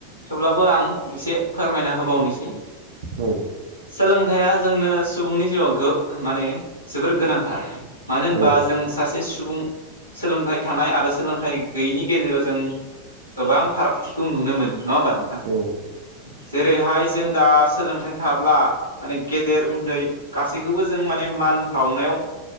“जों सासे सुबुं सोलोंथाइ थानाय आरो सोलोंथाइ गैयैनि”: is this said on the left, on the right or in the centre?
Left